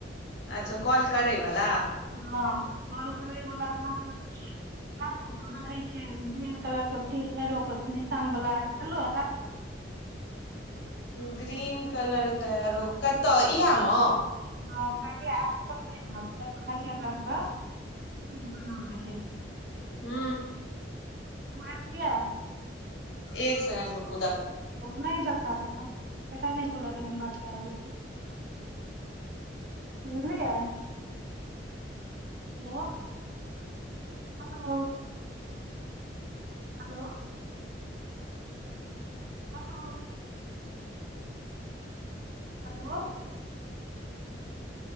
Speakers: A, on the left (about 70°); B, on the right (about 60°).
A: अच्छा कॉल करैवला
B: हँ, करबैवला। ओ रहै छै ग्रीन कलरके तीर, एगो कऽवला निशानवाला एलो।
A: ग्रीन कलरके आओर कतय एहिमे?
B: हँ, काजे आब खोलबे ने तऽ ओहिमे हरियर रंगके तीर बनल रहै। छै
A: हू
B: किया
A: एक सेकंड रूकु।
B: नहि देखायत एखन एखन नहि खुलत एखन बात कए रहल छी बुझलियै hello hello hello hello hello